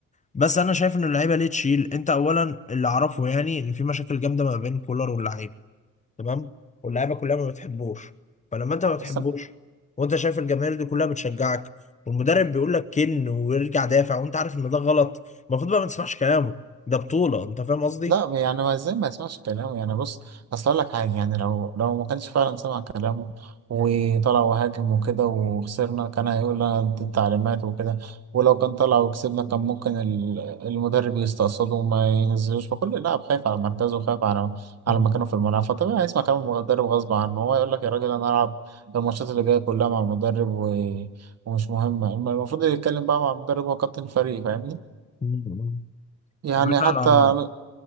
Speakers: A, on the left (about 25°); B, on the right (about 55°).
A: بس انا شايف ان اللعيبه ليه تشيل انت اولا اللي اعرفه يعني ان في مشاكل جامده ما بين كولر واللعيبه تمام واللعيبه كلها ما بتحبوش فلما انت ما بتحبوش
B: بس
A: وانت شايف الجماهير دي كلها بتشجعك والمدرب بيقول لك كن ويرجع دافع وانت عارف ان ده غلط المفروض بقى ما تسمعش كلامه ده بطوله انت فاهم قصدي
B: لا يعني ما ازاي ما يسمعش كلامه يعني بص اصل اقول لك حاجه يعني لو لو ما كانش فعلا سمع كلامه وطلع وهاجم وكده وخسرنا كان هيقول لنا دي التعليمات وكده ولو كان طلع وكسبنا كان ممكن ال- المدرب يستقصده وما ينزلوش فكل لاعب خايف على مركزه وخايف على
A: <laughs>
B: على
A: مم.
B: مكانه في الملعب فطبيعي هيسمع كلام المدرب غصب عنه هو يقول لك يا راجل انا العب الماتشات اللي جايه كلها مع المدرب و... ومش مهمه المفروض يتكلم بقى مع المدرب هو كابتن الفريق فاهمني
A: مم.
B: يعني
A: يا باشا
B: حتى أنا